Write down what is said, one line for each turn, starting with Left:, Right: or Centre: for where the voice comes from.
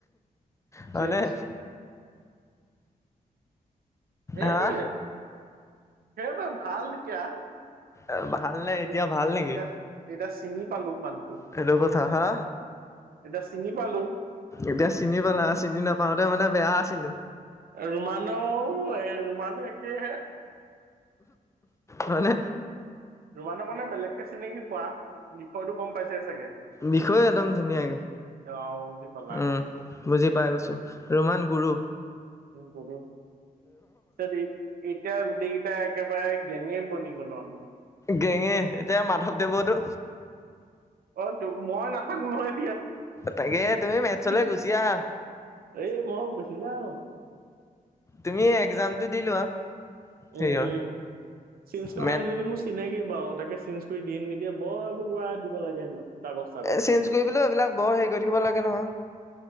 Left: হয়নে।
Right: চেট
Left: <inaudible>
Right: এইটোৱে
Left: হা
Right: সেইটো ভাল এতিয়া।
Left: এ ভাল নে এতিয়া
Right: এই-
Left: ভাল নেকি।
Right: এতিয়া এতিয়া চিনি পালোঁ মানু।
Left: সেইটো কথা হা।
Right: এতিয়া চিনি পালোঁ।
Left: এতিয়া চিনি পালা চিনি নাপাওঁতে মানে বেয়া আছিলো।
Right: ৰুমানো এই ৰুমান একেইহে।
Left: মানে।
Right: ৰুমানক মানে বেলেগকে চিনাকি পোৱা। বিষয়টো গম পাইছে চাগে।
Left: বিষয় একদম ধুনীয়াকে
Right: <unintelligible> অ উ বুজি পালা।
Left: উম বুজি পাই গৈছো
Right: <unintelligible>
Left: ৰোমান গুৰু
Right: উম <unintelligible> এতিয়া গোটেইকেইটা একেবাৰে। গেঙে বনি গলো আমি
Left: গেঙে এতিয়া মাধৱদেৱতো।
Right: অ'তো মই নাথাকো নহয়।
Left: তাকে তুমি মেথছলে
Right: <unintelligible>
Left: গুচি আহা
Right: এই ম‌ই গুছি যাম।
Left: তুমি এক্সামটো দি লোৱা। হেৰিয়ৰ
Right: উম উম <unintelligible>
Left: মেথ
Right: মানুহজনী মোৰ চিনাকি বাৰু তাকে চি। দিয়ে নিদিয়ে বোৰ <unintelligible> দিব লাগে হেনো কাগজ চাগজ।
Left: চেঞ্জ কৰিবলৈ এইবিলাক বৰ হেৰি কৰি থাকিব লাগে নহয়